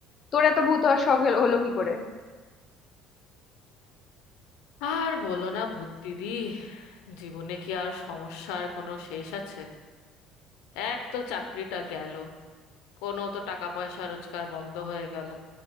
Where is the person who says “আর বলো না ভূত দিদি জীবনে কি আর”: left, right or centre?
Left